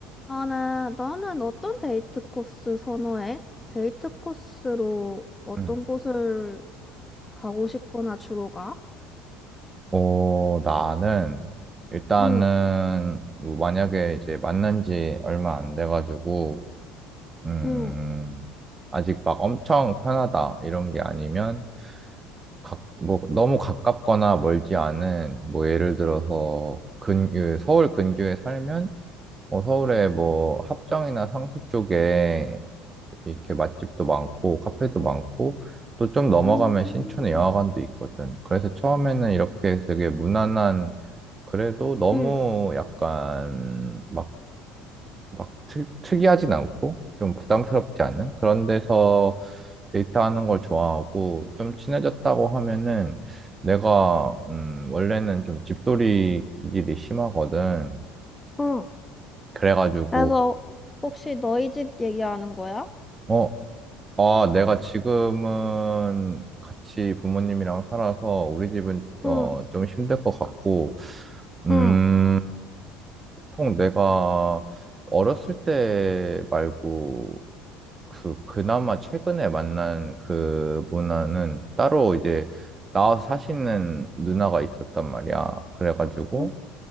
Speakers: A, on the left (about 15°); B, on the right (about 25°).
A: 나는, 나는 어떤 데이트 코스 선호해? 데이트 코스로 어떤
B: 음.
A: 곳을 가고 싶거나 주로 가?
B: 어, 나는 일단은
A: 응,
B: 뭐 만약에 이제 만난 지 얼마 안 돼가지고 음,
A: 응,
B: 아직 막 엄청 편하다 이런 게 아니면 각, 뭐 너무 가깝거나 멀지 않은 뭐 예를 들어서 근, 그 서울 근교에 살면 어, 서울에 뭐 합정이나 상수 쪽에 이렇게 맛집도 많고 카페도 많고 또 좀 넘어가면
A: 음.
B: 신촌에 영화관도 있거든. 그래서 처음에는 이렇게 되게 무난한 그래도 너무
A: 응,
B: 약간 막, 막 특, 특이하진 않고 좀 부담스럽지 않은 그런 데서 데이트하는 걸 좋아하고 좀 친해졌다고 하면은 내가 음, 원래는 좀 집돌이 기질이 심하거든.
A: 응.
B: 그래가지고
A: 그래서 혹시 너희 집 얘기하는 거야?
B: 어, 아, 내가 지금은 같이 부모님이랑 살아서 우리 집은
A: 응,
B: 어, 좀 힘들 것 같고, 음,
A: 응.
B: 보통 내가 어렸을 때 말고 그 그나마 최근에 만난 그분은 따로 이제 나와서 사시는 누나가 있었단 말이야. 그래가지고
A: 응.